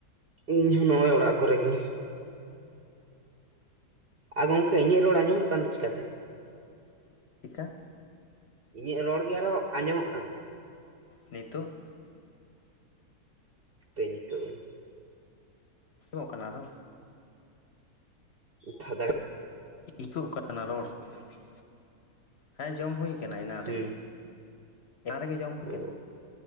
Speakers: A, on the right; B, on the left.
A: ᱤᱧ ᱦᱚᱸ ᱱᱚᱜ-ᱚᱭ ᱚᱲᱟᱜ ᱠᱚᱨᱮ ᱜᱮ ᱾ ᱟ ᱜᱚᱢᱠᱮ ᱤᱧᱟᱹᱜ ᱨᱚᱲ ᱟᱸᱡᱚᱢᱚᱜ ᱠᱟᱱ ᱫᱚ ᱪᱮᱠᱟ ᱛᱮ?
B: ᱪᱮᱠᱟ?
A: ᱤᱧᱟᱹᱜ ᱨᱚᱲ ᱜᱮ ᱟᱨᱚ ᱟᱸᱡᱚᱢᱚᱜ ᱠᱟᱱᱟ ᱾
B: ᱱᱤᱛᱳᱜ?
A: ᱦᱟᱯᱮ ᱱᱤᱛᱳᱜ
B: ᱤᱠᱳᱜ ᱠᱟᱱᱟ ᱟᱨᱚ
A: ᱯᱷᱟᱫᱟ
B: ᱮᱠᱳᱜ ᱠᱟᱱᱟ ᱨᱚᱲ ᱾ ᱡᱚᱢ ᱦᱩᱭ ᱮᱱᱟ, ᱦᱮᱸ ᱡᱚᱢ ᱦᱩᱭ ᱟᱠᱟᱱᱟ ᱮᱱᱟᱝ
A: ᱦᱩᱸ
B: ᱨᱮᱜᱮ, ᱮᱱᱟᱝ ᱨᱮᱜᱮ ᱡᱚᱢ ᱦᱩᱭ
A: ᱚ
B: ᱟᱠᱟᱱᱟ